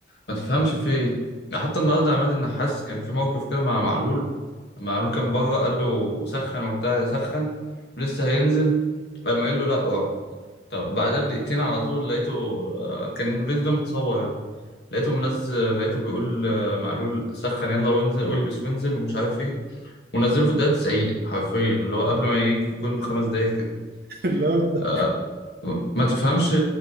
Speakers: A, on the left; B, on the right.
A: ما تفهمش في ايه يعني حتى النهارده عماد النحاس كان في موقف كده مع معلول معلول كان بره قال له سخن وبتاع سخن ولسه هينزل قام قال له لا اقعد طب بعدها بدقيقتين على طول لقيته آه، كان الفيديو ده متصور يعني لقيته منزل لقيته بيقول آه، معلول سخن يلا وانزل والبس وانزل ومش عارف ايه ونزله في الدقيقة 90 حرفيا اللي هو قبل ما يجي الجون بخمس دقايق كده
B: اللي هو انت-
A: آه، ما تفهمش